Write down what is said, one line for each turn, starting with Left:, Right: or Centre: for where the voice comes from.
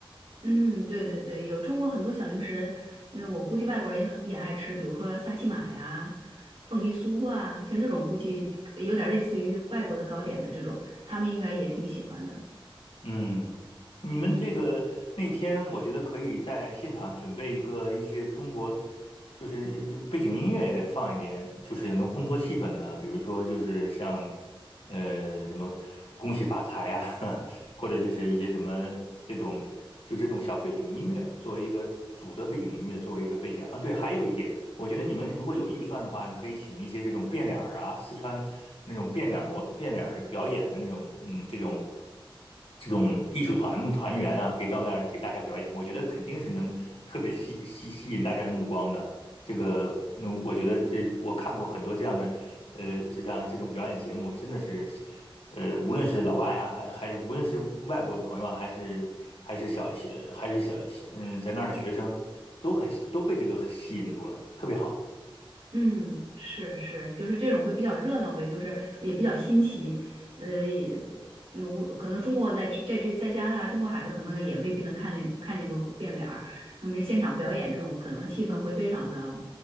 Right: 嗯，对对对，有中国很多小零食，因为我估计外国人也很也爱吃，比如说萨琪玛呀、凤梨酥啊，像这种估计有点类似于外国的糕点的这种，他们应该也挺喜欢的。
Left: 嗯，你们这个那天，我觉得可以在现场准备一个一些中国，就是呃就背景音乐也得放一点，就是能烘托气氛的，比如说就是像呃什么恭喜发财啊，<laughs> 或者就是一些什么这种就这种小背景音乐作为一个主的背景音乐作为一个背景啊。对，还有一点，我觉得你们如果有预算的话，你可以请一些这种变脸儿啊，四川那种变脸儿模变脸儿表演的那种，嗯，这种。这种艺术团团员啊，可以到那儿给大家表演，我觉得肯定是能特别吸吸吸引大家的目光的。这个，那我觉得这我看过很多这样的，呃，这样这种表演节目，真的是，呃，无论是老外啊，还还是无论是外国朋友啊，还是还是小小还是小，嗯，在那儿的学生，都很都被这个吸引住了，特别好。
Right: 嗯，是是，就是这种会比较热闹呗，就是也比较新奇，呃，也，嗯无可能中国在这在这在加拿大，中国孩子可能也未必能看见看见过变脸儿，那么这现场表演这种可能气氛会非常的